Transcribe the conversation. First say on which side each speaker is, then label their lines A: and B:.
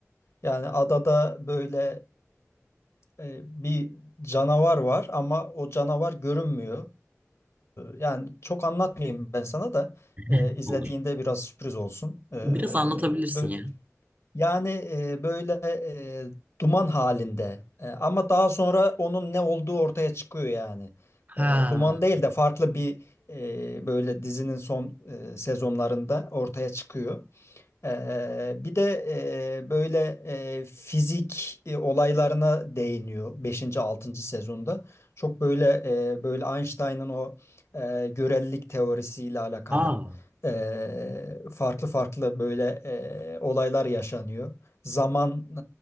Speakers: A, on the left; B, on the right.
A: Yani adada böyle e, e, bir canavar var ama o canavar görünmüyor. Ee, yani çok anlatmayayım ben sana da
B: <laughs>
A: e, izlediğinde
B: olur.
A: biraz sürpriz olsun. Ee,
B: Biraz anlatabilirsin
A: bö-
B: ya.
A: yani e, böyle e, duman halinde E, ama daha sonra onun ne olduğu ortaya çıkıyor yani.
B: Ha.
A: E, duman değil de farklı bir e, böyle dizinin son e, sezonlarında ortaya çıkıyor. Ee, bir de e, böyle e, fizik e, olaylarına değiniyor beşinci altıncı sezonda. Çok böyle e, böyle Einstein'ın o e, görelilik teorisiyle alakalı
B: Aa.
A: e, farklı farklı böyle e, olaylar yaşanıyor. Zaman e,